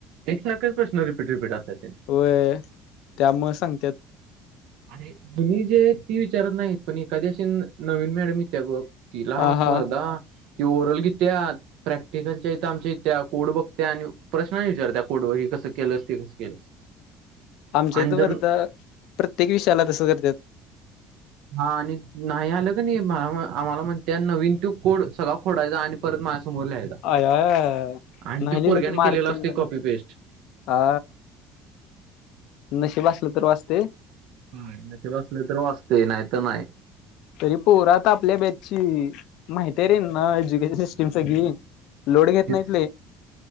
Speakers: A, on the right; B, on the left.
A: एकसारखंच प्रशन रिपीट रिपीट असत्यात ते.
B: व्हय, त्यामुळं सांगतात.
A: अरे जुनी जे आहेत ती विचारत नाहीत, पण एखादी अशी नवीन मॅडम यीत्या बघ तिला
B: हा हा
A: मर्दा ती ओरल घीत्यात. प्रॅक्टिकलच्या इथं आमच्या यीत्या, कोड बघ त्या आणि प्रश्न आणि विचारत्या कोडवर हे कसं केलंस, ते कसं केलंस?
B: आमच्या
A: आणि
B: इथ
A: जर
B: मर्दा प्रत्येक विषयाला तसं करतात.
A: हा आणि नाही आलं कणी नाही आम्हाला म्हणत नवीन तो कोड सगळा खोडायचा आणि परत माझ्या समोर लिहायचा
B: आय आय आय
A: आणि
B: नाही
A: तो
B: लिहिला
A: पोरग्याने
B: की मार्क
A: केलेला
B: चंद
A: असते कॉपी पेस्ट
B: हा नशीब असलं तर वाचतय.
A: होय तसं वाचलं तर वाचतय नाहीतर नाय
B: तरी पोर आपल्या बॅचची माहिती रे यांना एज्युकेशन सिस्टीम सगळी लोड घेत
A: तेच
B: नाहीत लई